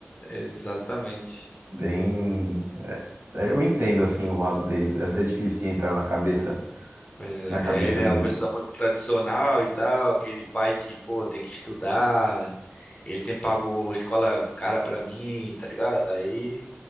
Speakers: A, on the left; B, on the right.
A: exatamente.
B: bem. é, Eu entendo assim o lado deles. Deve ser difícil de entrar na cabeça,
A: Pois é,
B: na cabeça
A: ele é
B: deles.
A: uma pessoa muito tradicional e tal, aquele pai que, pô, tem que estudar. Ele sempre pagou escola cara pra mim, tá ligado? Aí